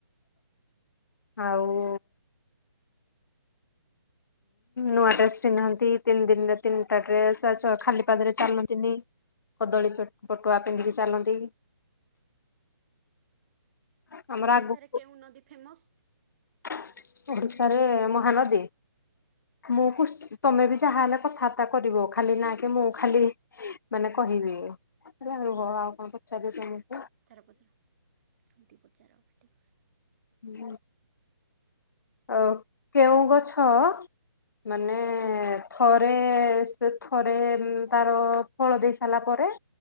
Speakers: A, on the left (about 50°); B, on the right (about 35°).
A: ଆଉ ନୂଆ ଡ୍ରେସ ପିନ୍ଧନ୍ତି, ତିନି ଦିନରେ ତିନିଟା ଡ୍ରେସ ଆଚ ଖାଲି ପାଦରେ ଚାଲନ୍ତିନି। କଦଳୀ ପ-ପଟୁଆ ପିନ୍ଧିକି ଚାଲନ୍ତି। ତମର
B: ଓଡିଶାରେ
A: ଆଗୁକୁ
B: କେଉଁ ନଦୀ ଫେମସ?
A: <unintelligible> ତାରେ ମହାନଦୀ ମୁଁ କୁସ୍। ତମେ ବି ଯାହାହେଲେ କଥାବାର୍ତ୍ତା କରିବ ଖାଲି ନା କି ମୁଁ ଖାଲି ମାନେ କହିବି। ଆଜ୍ଞା ରୁହ ଆଉ କଣ ପଚାରିବ ତୁମେ?
B: ପଚାର ପଚାର ସେମିତି ପଚାର ପାଟି କରନା।
A: ହୁଁ। ଅ କେଉଁ ଗଛ ମାନେ ଥରେ ସେ ଥରେ ତାର ଫଳ ଦେଇ ସାରିଲା ପରେ